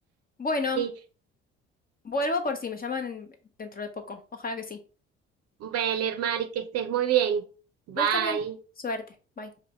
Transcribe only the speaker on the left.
Bueno,
vuelvo por si me llaman dentro de poco. Ojalá que sí.
Vos también. Suerte. Bye.